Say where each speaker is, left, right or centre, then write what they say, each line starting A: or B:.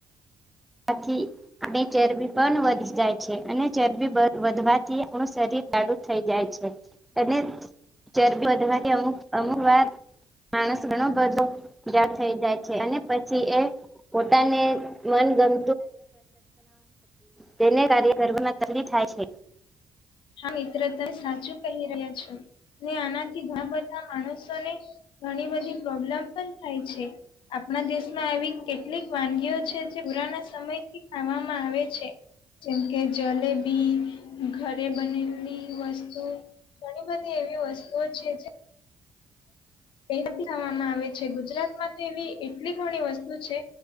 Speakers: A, in the centre; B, on the left.
A: આથી આપણી ચરબી પણ વધી જાય છે. અને ચરબી વધવાથી આપણું શરીર જાડું થઈ જાય છે. અને ચરબી વધવાની અમુક અમુક વાર. માણસ ઘણો બધો જાડ થઈ જાય છે. અને પછી એ પોતાને મન ગમ તેને કાર્ય કરવાવામાં તકલી થાય છે.
B: હા મિત્ર. તમે સાચું કહી રહ્યા છો. ને આનાથી ઘણા બધા માણસોને. ઘણી બધી પ્રોબ્લેમ પણ થાય છે. આપણા દેશમાં આવીવી કેટલીક વાનગીઓ છે. જે પુરાના સમયથી ખાવામાં આવે છે. જેમ કે જલેબી ઘરે બનેલું વસ્તુ ઘણી બધી એવી વસ્તુઓ છે. પતીવામાં આવે છે. ગુજરાત માં તો એવી. કેટલી ઘણી વસ્તુ છે.